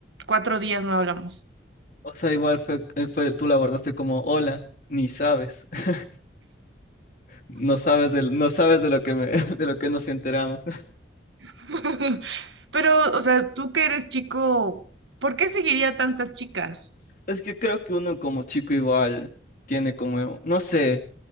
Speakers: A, on the right (about 80°); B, on the left (about 50°).
A: cuatro días no hablamos.
B: O sea, igual fue, eh, fue, tú la abordaste como, hola, ni sabes, <laughs> no sabes de, no sabes de lo que me, <laughs> de lo que nos enteramos.
A: <laughs> Pero, o sea, tú que eres chico, ¿por qué seguiría a tantas chicas?
B: <laughs> Es que creo que uno como chico igual tiene como, no sé,